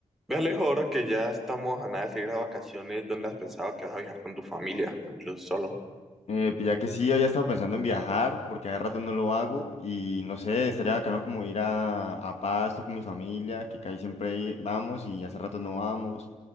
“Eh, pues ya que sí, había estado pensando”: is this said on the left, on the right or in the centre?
Left